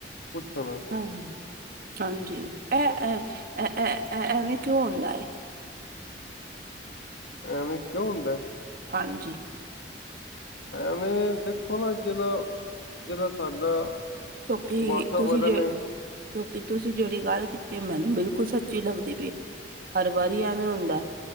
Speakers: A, on the left; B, on the right.
A: ਪੁੱਛੋ ਨਾ।
B: ਹੂੰ, ਹਾਂਜੀ ਐ ਐ ਐ ਐ, ਐਵੇਂ ਕਿਉਂ ਹੁੰਦਾ ਏ?
A: ਐਵੇਂ ਕਿਉਂ ਹੁੰਦਾ ਐ?
B: ਹਾਂਜੀ।
A: ਐਵੇਂ ਦੇਖੋ ਨਾ ਜਿਦਾ, ਜਿਦਾ ਸਾਡਾ
B: ਕਿਉਂਕਿ
A: ਵਾਤਾਵਰਨ
B: ਤੁਸੀਂ ਜੇ
A: ਏ
B: ਕਿਉਂਕਿ ਤੁਸੀ ਜੇੜੀ ਗੱਲ ਕੀਤੀ ਏ, ਮੈਨੂੰ ਬਿਲਕੁਲ ਸੱਚੀ ਲਗਦੀ ਪੀਏ ਹਰ ਵਾਰੀ ਐਵੇਂ ਹੁੰਦਾ ਐ,